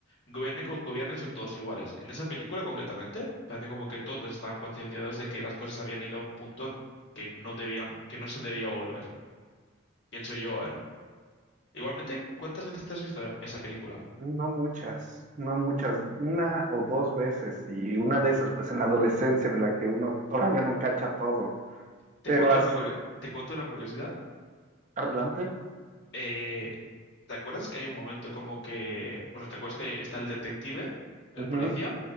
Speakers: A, on the left (about 55°); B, on the right (about 35°).
A: gobierne con gobierne son todos iguales. En esa película concretamente, parece como que todos estaban concienciados de que las cosas habían ido a un punto que no debían, que no se debía volver. Pienso yo, ¿eh? Igualmente, ¿cuántas veces te has visto esa película?
B: No muchas, no muchas, una o dos veces, y una de esas pues en la adolescencia en la que uno todavía no cacha todo,
A: Te
B: pero
A: cuento
B: hasta...
A: una, curio- te cuento una curiosidad
B: Adelante.
A: eh, ¿te acuerdas que hay un momento como que, bueno, ¿te acuerdas que está el detective, el
B: Ujú.
A: policía